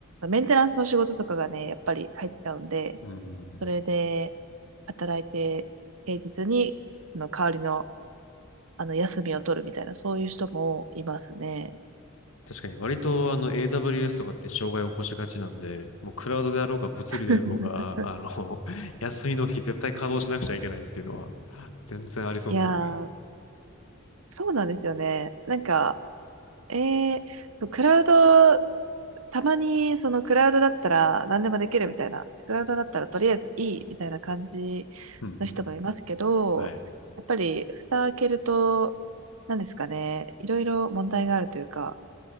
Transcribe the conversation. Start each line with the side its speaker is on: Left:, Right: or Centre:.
Right: メンテナンスの仕事とかがね、やっぱり入っちゃうんで、
Left: うん。
Right: それで働いて、平日に、その代わりの、あの、休みを取るみたいな、そういう人もいますね。
Left: 確かに割とあの AWS とかって障害を起こしがちなんで、もうクラウドであろうが物理であろうが、
Right: <laughs>
Left: あの、<laughs> 休みの日絶対稼働しなくちゃいけないっていうのは全然ありそうですよね。
Right: いやー、そうなんですよね。なんか、ええクラウド、たまにそのクラウドだったら何でもできるみたいな、クラウドだったらとりあえずいいみたいな感じ
Left: うんうん。
Right: の人もいますけど、
Left: はい。
Right: やっぱり蓋開けると、何ですかね、いろいろ問題があるというか、